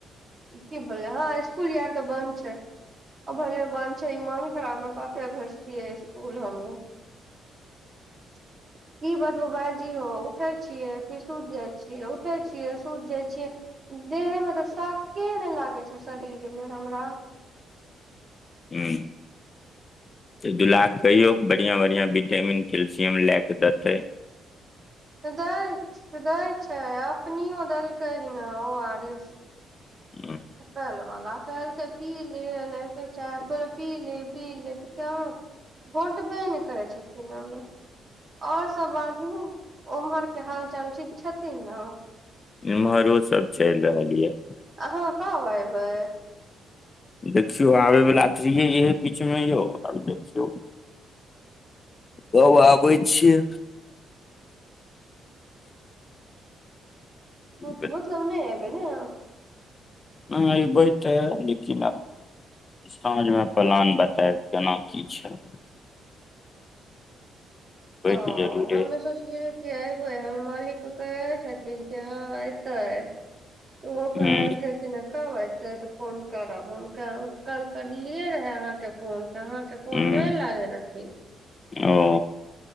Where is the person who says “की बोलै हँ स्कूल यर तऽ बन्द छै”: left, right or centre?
Right